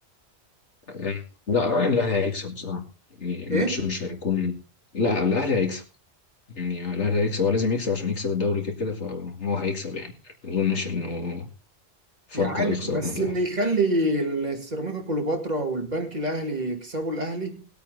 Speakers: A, on the left; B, on the right.
A: آه، لا رأيي إن الأهلي هيكسب بصراحة يعني الماتش
B: ايه
A: مش هيكون لا الأهلي هيكسب يعني الأهلي هيكسب هو لازم يكسب عشان يكسب الدوري كده كده فهو هيكسب يعني ما أظنش إنه فاركو
B: يا عالم
A: هيخسر
B: بس
A: من الأهلي
B: اللي يخلي السيراميكا كليوباترا والبنك الاهلي يكسبوا الاهلي